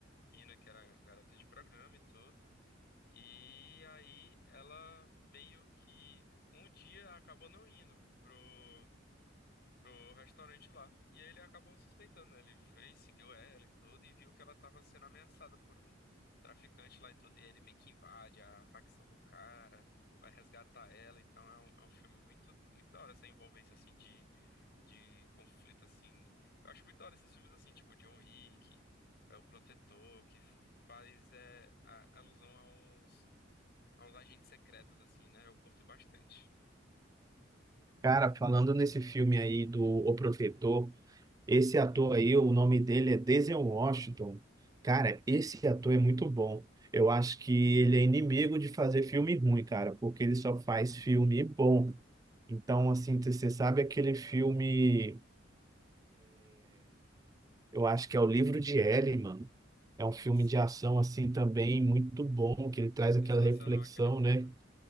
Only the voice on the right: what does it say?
Cara, falando nesse filme aí do O Protetor, esse ator aí, o nome dele é Denzel Washington. Cara, esse ator é muito bom. Eu acho que ele é inimigo de fazer filme ruim, cara, porque ele só faz filme bom. Então, assim, você sabe aquele filme, eu acho que é O Livro de Ellie, mano. É um
filme
de ação assim também muito bom, que ele traz
aquela reflexão,
né?